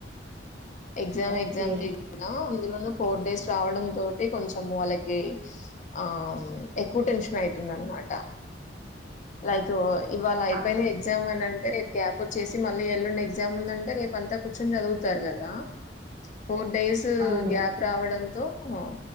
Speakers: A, on the left (about 40°); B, on the right (about 35°).
A: ఎగ్జామ్
B: ఓకే
A: ఎగ్జామ్కిి కూడా అందులోన ఫోర్ డేస్ రావడం తోటి కొంచం వాళ్ళకి ఆ ఎక్కువ టెన్షన్ అవుతుంది అనమాట లైక్ ఇవాళ అయిపోయిన
B: అప్
A: ఎగ్జామ్ అని అంటే రేపు గ్యాప్ వచ్చేసి మ మళ్ ఎల్లుం ఎగ్జామ్ ఉందంటే రేపు అంత కూర్చొని చదువుతారు కదా ఫోర్ డేస్
B: అవును
A: గ్యాప్ రావడంతో ఆ